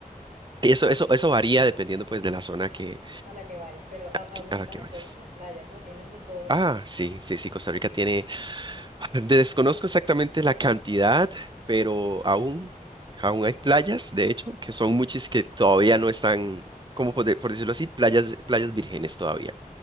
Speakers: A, on the right; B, on the right.
A: y eso, eso, eso varía dependiendo pues de la zona que,
B: a la que vayas, pero a-
A: que-
B: abundan
A: a la que
B: entonces
A: vayas.
B: las playas, ¿no? Tienen de todo.
A: Ah, sí, sí, sí, Costa Rica tiene, <laughs> desconozco exactamente la cantidad, pero aún, aún hay playas, de hecho, que son muchas que todavía no están, como por, de- por decirlo así, playas, playas vírgenes todavía.